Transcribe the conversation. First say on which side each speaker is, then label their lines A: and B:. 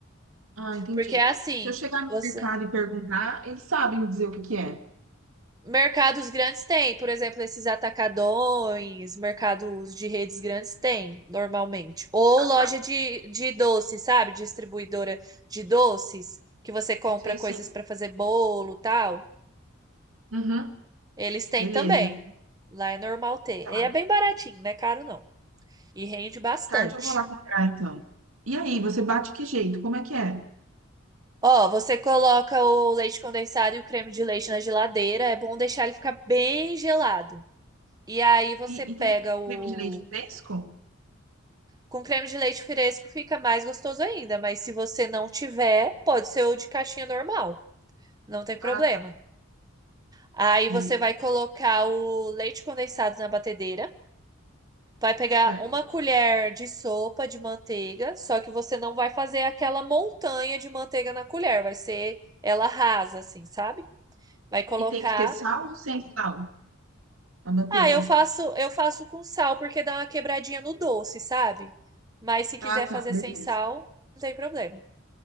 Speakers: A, on the right; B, on the right.
A: Ah, entendi.
B: Porque é assim,
A: Se eu chegar no
B: você.
A: mercado e perguntar, eles sabem me dizer o que que é.
B: Mercados grandes têm, por exemplo, esses atacadões, mercados de redes grandes têm, normalmente. Ou
A: Ah,
B: loja
A: tá.
B: de, de doces, sabe? Distribuidora de doces, que você compra
A: Sei
B: coisas
A: sim.
B: para fazer bolo, tal.
A: Uhum.
B: Eles têm
A: Beleza.
B: também. Lá é normal ter.
A: Tá.
B: E é bem baratinho, não é caro não. E rende bastante.
A: Mais tarde eu vou lá comprar, então. E aí, você bate que jeito? Como é que é?
B: Ó, você coloca o leite condensado e o creme de leite na geladeira. É bom deixar ele ficar bem gelado. E aí você
A: E,
B: pega
A: e tem
B: o.
A: creme de leite fresco?
B: Com creme de leite fresco fica mais gostoso ainda, mas se você não tiver, pode ser o de caixinha normal, não tem problema.
A: Ah, tá.
B: Aí
A: Beleza.
B: você vai colocar o leite condensado na batedeira, vai pegar
A: Certo.
B: uma colher de sopa de manteiga, só que você não vai fazer aquela montanha de manteiga na colher, vai ser ela rasa assim, sabe? Vai colocar
A: E tem que ter sal ou sem sal? A manteiga?
B: Ah, eu faço, eu faço com sal porque dá uma quebradinha no doce, sabe? Mas se quiser
A: Ah,
B: fazer
A: tá. Beleza.
B: sem sal, não tem problema.